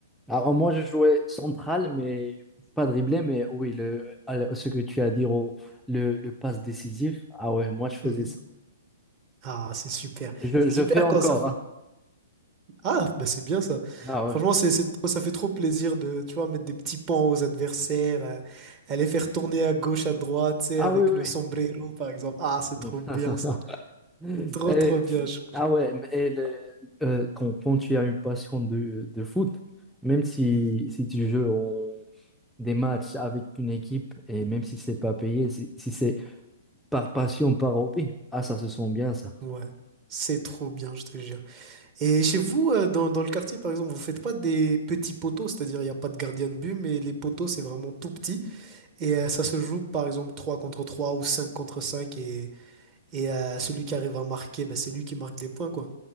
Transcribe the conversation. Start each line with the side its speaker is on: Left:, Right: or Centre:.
Centre: Ah, moi, je jouais central, mais pas dribblé, mais oui, le, à ce que tu as dit, au- le, le passe décisif. Ah ouais, moi, je faisais
Right: Hmm.
Centre: ça.
Right: Ah, c'est super.
Centre: Je,
Right: C'est
Centre: je
Right: super
Centre: fais encore,
Right: quand ça fait.
Centre: hein.
Right: Ah, bah c'est bien ça.
Centre: Ah
Right: Franchement,
Centre: ouais.
Right: c'est, c'est trop- ça fait trop plaisir de, tu vois, mettre des petits pans aux adversaires, euh, aller faire tourner à gauche, à droite, tu sais,
Centre: Ah
Right: avec
Centre: oui, oui.
Right: le sombrero, par exemple. Ah, c'est
Centre: oui.
Right: trop
Centre: <laughs>
Right: bien ça. C'est trop,
Centre: Et-
Right: trop bien. je-
Centre: ah ouais, mais et le- euh, quand, quand tu as une passion de, de foot, même si,
Right: Hmm,
Centre: si tu joues des matchs avec une équipe et même si c'est pas payé, si, si c'est par passion, par hobby, ah ça se sent bien ça.
Right: Ouais, c'est trop bien, je te jure. Et chez vous, euh, dans, dans le quartier, par exemple, vous faites pas des petits poteaux, c'est-à-dire il n'y a pas de gardien de but, mais les poteaux, c'est vraiment tout petit. Et euh, ça se joue, par exemple, 3 contre 3 ou 5 contre 5. Et euh, celui qui arrive à marquer, bah, c'est lui qui marque des points, quoi.